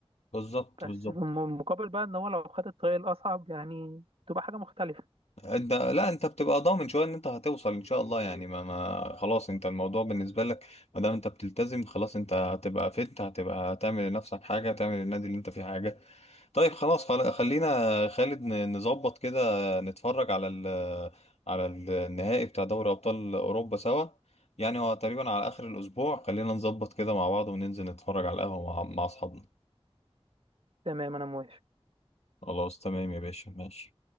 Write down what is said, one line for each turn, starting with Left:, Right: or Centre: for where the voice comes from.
Left: بالظبط
Right: بس
Left: بالظبط
Right: في الم- المقابل بقى إن هو لو خد الطريق الأصعب يعني تبقى حاجة مختلفة
Left: انت لا انت بتبقى ضامن شويه ان انت هتوصل ان شاء الله يعني ما ما خلاص انت الموضوع بالنسبه لك ما دام انت بتلتزم خلاص انت هتبقى فت هتبقى تعمل لنفسك حاجه تعمل للنادي اللي انت فيه حاجه طيب خلاص خل- خلينا خالد ن- نظبط كده نتفرج على ال على النهائي بتاع دوري أبطال أوروبا سوا يعني هو تقريبا على آخر الأسبوع خلينا نظبط كده مع بعض وننزل نتفرج على القهوة مع مع أصحابنا
Right: تمام أنا موافق
Left: خلاص تمام يا باشا ماشي